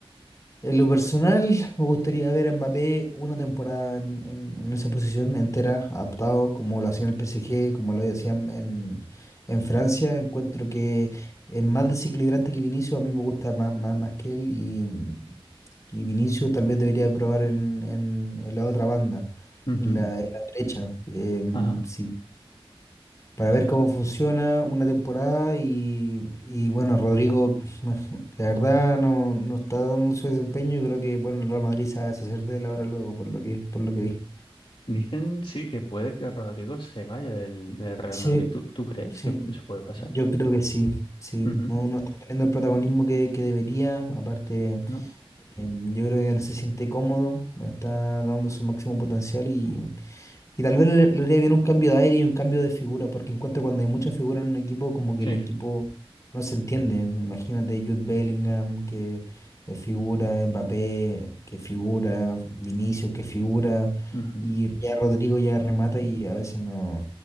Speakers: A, on the left; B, on the left.
A: En lo personal, me gustaría ver a Mbappé una temporada en, en- en esa posición entera, adaptado como lo hacía en el PSG, como lo hacían en, en Francia. Encuentro que es más desequilibrante que Vinicius, a mí me gusta más, más, más que él y, y Vinicius tal vez debería probar en, en- en la otra banda,
B: Ujú,
A: en la, en la derecha. Em,
B: Ajá.
A: si para ver cómo funciona una temporada y, y, bueno, Rodrigo, <laughs> la verdad no, no está dando su desempeño y creo que bueno, el Real Madrid se va a deshacer de él ahora luego, por lo que, por lo que vi.
B: Dicen sí que puede que Rodrigo se vaya del, del Real
A: Sí,
B: Madrid. ¿Tú, tú crees
A: Sí,
B: que eso puede pasar?
A: yo creo que sí, sí,
B: Ujú,
A: no, no está teniendo el protagonismo que, que debería, aparte
B: ¿No?
A: Em, yo creo que no se siente cómodo, no está dando su máximo potencial y, y tal vez le, le haría bien un cambio de aire y un cambio de figura, porque encuentro cuando hay mucha figura en un equipo, como que
B: Sí.
A: el equipo no se entiende. Imagínate Jude Bellingham, que eh, figura, Mbappé, que figura, Vinicius, que figura,
B: Ujú.
A: y ya Rodrigo ya remata y a veces no,